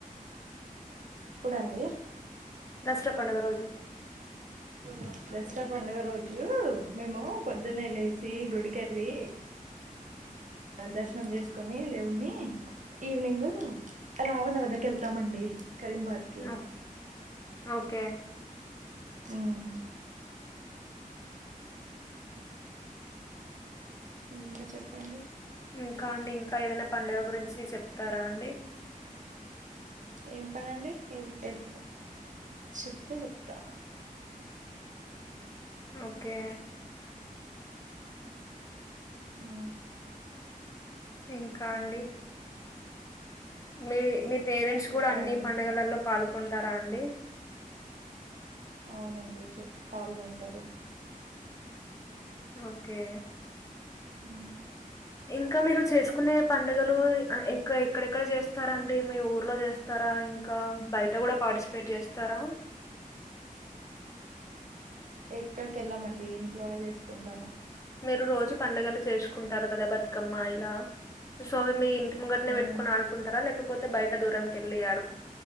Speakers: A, on the right (about 60°); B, on the left (about 20°).
A: ఇప్పుడండి
B: దసరా పండుగ రోజు
A: ను దసరా పండుగ రోజు మేము పొద్దున్నే లేసి గుడికెళ్ళి ఆ దర్శనం చేసుకొని దేవుని ఈవినింగ్ రావణ వద్దకు వెళ్తామండి కరీంబాద్ కి
B: ఓ ఓకే
A: మ్మ్ ఇంక చప్పండి
B: ఇంకా అండి ఇంక్ కా ఏదన్న పండగ గురించి చెప్తారా అండి
A: ఏం పనండి ఏం ఎడ్ చెప్తే చెప్తా
B: ఓకే
A: ఊ
B: ఇంకా అండి మీవి మిప్ పేరెంట్స్
A: చెప్పాలండి
B: కుడా అన్ని పండగలల్లో పాల్ కుంటారా అండి
A: అవునండి చె పాల్గొంటారు
B: ఓకే
A: ఊ
B: ఇంకా మీరు చేసుకునే పండగలు ఆ ఎక్క ఎక్కడెక్కడ జేస్తారండి మీ ఊర్లో జేస్తరా ఇంకా బయట గుడా పార్టిస్పేట్ జేస్తారా
A: ఎక్కడికి ఎళ్ళమండి ఇంట్లోనే చేసుకుంటాము
B: మీరు రోజు పండగలు చేస్కుంటారు కదా బతుకమ్మ ఇలా సో మీ ఇన్ ట్ ముంగట్నే
A: మ్మ్
B: పెట్కొన్ ఆడుకుంటరా లేకపోత్ తే బైట దూరం కెళ్లి ఆడు